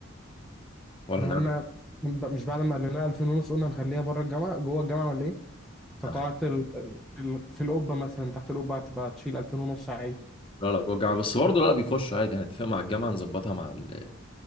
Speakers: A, on the left; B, in the centre.
A: ولا
B: احنا
A: هنعمل
B: قلنا مش بعد ما قال لنا 2000 ونص قلنا هنخليها بره الجامعه جوه الجامعه ولا ايه فقاعة
A: هنخ-
B: ال... ال... في القبة مثلا تحت القبة هتبقى تشيل 2000 ونص عادي
A: لا لا جوه الجامعه بس برضه لا بيخشوا عادي هنتفق مع الجامعه نظبطها مع ال...